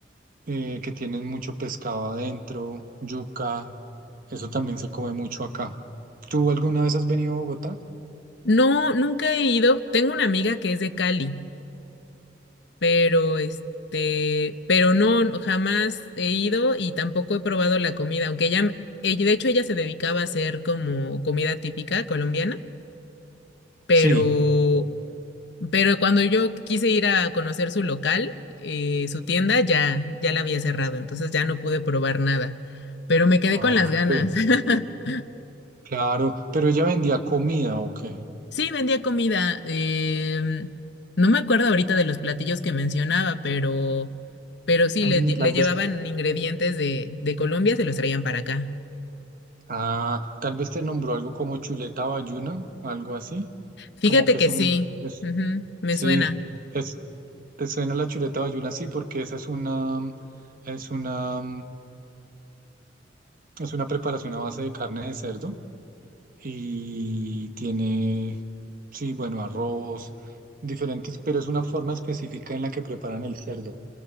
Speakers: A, on the right; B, on the left.
A: eh, que tienen mucho pescado adentro, yuca, eso también se come mucho acá. ¿Tú alguna vez has venido a Bogotá?
B: No, nunca he ido. Tengo una amiga que es de Cali pero este, pero no, no, jamás he ido y tampoco he probado la comida, aunque ella, m- ella- de hecho ella se dedicaba a hacer como comida típica colombiana, pero,
A: Sí.
B: pero cuando yo quise ir a conocer su local, eh, su tienda, ya, ya la había cerrado, entonces ya no pude probar nada, pero me quedé
A: Ah,
B: con las ganas.
A: pues,
B: <laughs>
A: claro, pero ella vendía comida, ¿o qué?
B: Sí, vendía comida. em, no me acuerdo ahorita de los platillos que mencionaba, pero, pero sí,
A: Mm,
B: le, lle-
A: tal
B: le llevaban
A: vez,
B: ingredientes de, de Colombia, se los traían para acá.
A: ah, tal vez te nombró algo como chuleta bayuna, algo así,
B: Fíjate
A: como que
B: que
A: es un,
B: sí,
A: es-
B: ujú, me
A: sí,
B: suena.
A: es, te suena la chuleta bayuna, sí, porque esa es una, es una, Es una preparación a base de carne de cerdo y tiene, sí, bueno, arroz, diferentes, pero es una forma específica en la que preparan el cerdo.